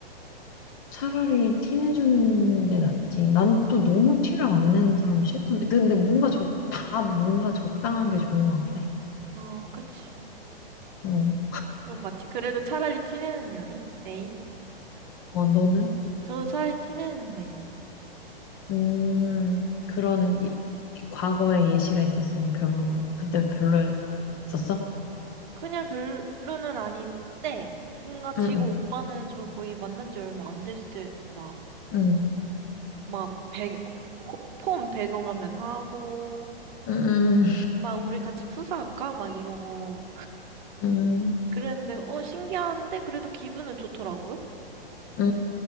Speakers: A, on the left; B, on the right.
A: 차라리 티 내주는 게 낫지. 난 또 너무 티를 안 내는 사람이 싫던데. 근데 뭔가 적, 다 뭔가 적당한 게 좋은 것 같긴 해.
B: 어, 그치.
A: 응.
B: 이건 마치 그래도 차라리 티내는 연인? 애인?
A: 어, 너는?
B: 저도 차라리 티내는 애인.
A: 음, 그런 이, 이 과거의 예시가 있었으니 별로, 그때 별로였었어?
B: 그냥 별로는 아닌데, 뭔가 지금
A: 응, 응,
B: 오빠는 저 거의 만난 지 얼마 안 됐을 때, 막,
A: 응,
B: 막, 배경, 폰 배경화면 하고,
A: 응, 응,
B: 막, 우리 같이 푸사할까? 막 이러고.
A: 응, 응,
B: 그랬는데, 어, 신기한데, 그래도 기분은 좋더라고요?
A: 응,